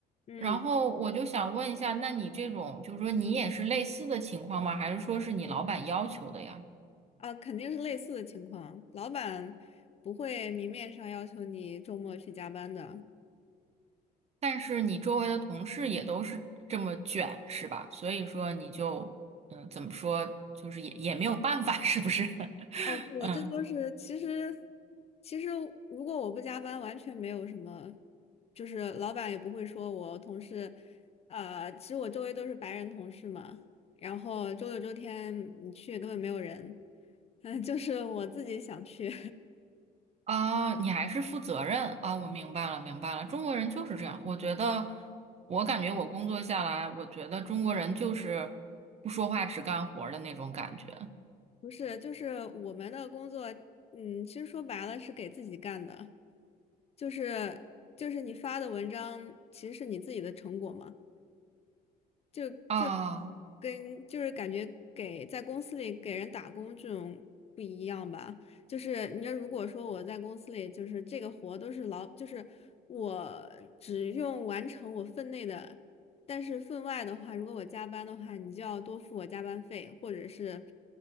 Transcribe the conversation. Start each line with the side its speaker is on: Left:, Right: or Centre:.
Left: 嗯，
Right: 然后我就想问一下，那你这种就是说你也是类似的情况吗？还是说是你老板要求的呀？
Left: 啊，肯定是类似的情况，老板不会明面上要求你周末去加班的。
Right: 但是你周围的同事也都是这么卷，是吧？所以说你就嗯，怎么说，就是也也没有办法，是不是？<laughs>
Left: 哦，我这都是其实，
Right: 嗯
Left: 其实如果我不加班，完全没有什么，就是老板也不会说我同事，呃，其实我周围都是白人同事嘛，然后周六周天你去根本没有人，<laughs> 嗯，就是我自己想去，
Right: 啊，你还是负责任啊，我明白了，明白了。中国人就是这样，我觉得，我感觉我工作下来，我觉得中国人就是不说话只干活儿的那种感觉
Left: <laughs> 不是，就是我们的工作，嗯，其实说白了是给自己干的，就是就是你发的文章其实是你自己的成果嘛，就。
Right: 啊。
Left: 跟就是感觉给在公司里给人打工这种不一样吧。就是你要如果说我在公司里，就是这个活都是老，就是我只用完成我分内的，但是分外的话，如果我加班的话，你就要多付我加班费，或者是